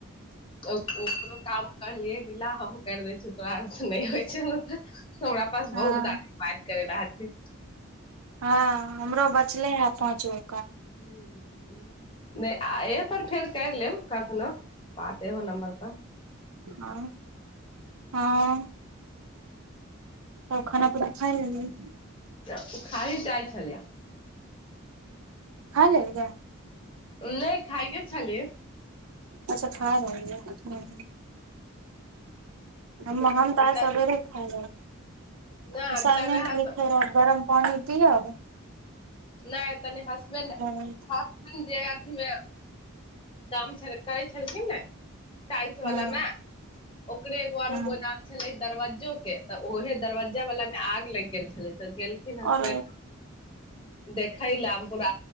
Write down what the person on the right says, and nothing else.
हँ
हँ हमरो बचले है पहुँचबै
हँ हँ त खाना पीना खइ लब
खा लेलियै
अच्छा खारहल ह हम मह हम तास
वगरे ख
असाइनमेंट
लिखे रह गरम कोन ए द आउ
बजे
हँ
हँ
आओर